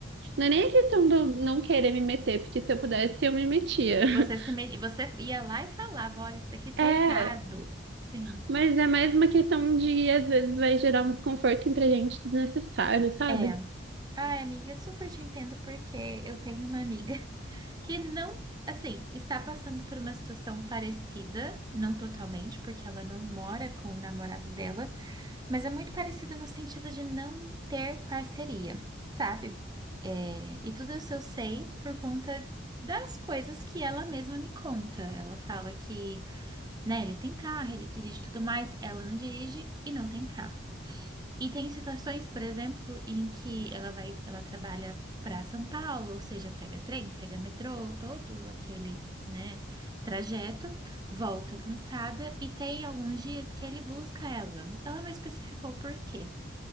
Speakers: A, on the right; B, on the right.
A: não é nem a questão de eu não querer me meter, porque se eu pudesse, eu me metia. <laughs>
B: Você se me- você ia lá e falava, olha, isso daqui tá
A: É,
B: errado. Sim.
A: mas é mais uma questão de, às vezes, vai gerar um desconforto entre a gente desnecessário, sabe?
B: É. Ai, amiga, eu super te entendo porque eu tenho uma amiga <laughs> que não, assim, está passando por uma situação parecida, não totalmente, porque ela não mora com o namorado dela, Mas é muito parecido no sentido de não ter parceria, sabe? É, e tudo isso eu sei por conta das coisas que ela mesma me conta. Ela fala que, né, ele tem carro, ele dirige e tudo mais, ela não dirige e não tem carro. E tem situações, por exemplo, em que ela vai, ela trabalha para São Paulo, ou seja, pega trem, pega metrô, todo aquele, né, trajeto, volta cansada e tem alguns dias que ele busca ela. Ela não especificou o porquê,